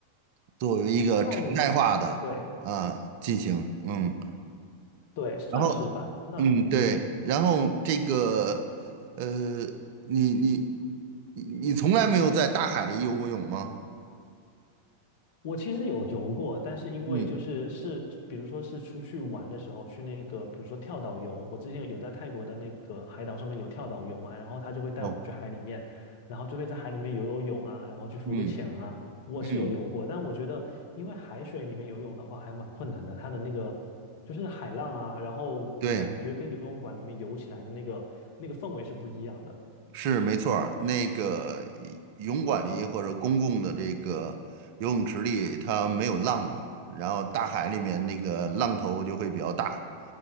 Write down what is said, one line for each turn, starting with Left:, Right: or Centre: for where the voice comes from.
Right: 作为一个常态化的啊、
Left: 算是，对
Right: 进行。嗯，
Left: 对，算是吧。
Right: 然后，
Left: 那嗯，
Right: 嗯，对，然后这个，呃，你你你你从来没有在大海里游过泳吗？
Left: 我其实有游过，但是因为就是是，
Right: 嗯，
Left: 比如说是出去玩的时候，去那个，比如说跳岛游，我之前有在泰国的那个海岛上面有跳岛游嘛，然后他就会带我们去海里面，
Right: 哦，
Left: 然后就会在海里面游游泳啊，然后去浮个潜啊，
Right: 嗯
Left: 我是有游过，
Right: 嗯，
Left: 但我觉得因为海水里面游泳的话还蛮困难的，它的那个就是海浪啊，然后感觉跟游泳馆里面游起来的那个那个氛围是不一样的。
Right: 对。是没错儿，那个泳馆里或者公共的这个游泳池里，它没有浪嘛，然后大海里面那个浪头就会比较大。